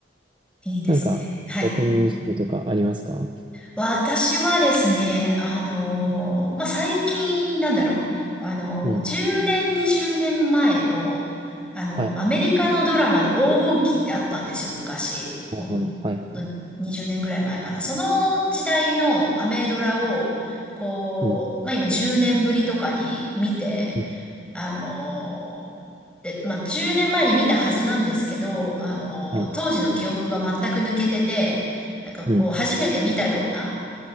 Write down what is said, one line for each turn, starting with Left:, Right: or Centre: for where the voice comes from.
Centre: いいですね。
Right: なんか、
Centre: はい。
Right: 役人主義とかありますか
Centre: 私はですね、あの、まあ、最近、なんだろう、あの、
Right: うん。
Centre: 10年、20年前の、あの、
Right: はい。
Centre: アメリカのドラマの黄金期ってあったんですよ、昔。
Right: なるほど。
Centre: もう、
Right: はいはい。
Centre: にじゅうねん20年ぐらい前かな。その時代のアメドラを、こう、
Right: うん。
Centre: まあ、今10年ぶりとかに見て、
Right: うん。
Centre: あのー、で、まあ、10年前に見たはずなんですけど、あのー、
Right: はい。
Centre: 当時の記憶が全く抜けてて、なんかこう、
Right: うん。
Centre: 初めて見たような、